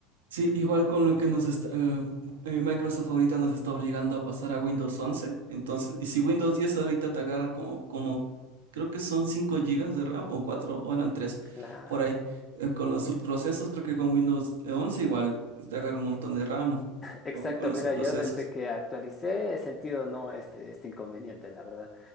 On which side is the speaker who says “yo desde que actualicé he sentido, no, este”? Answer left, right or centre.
Left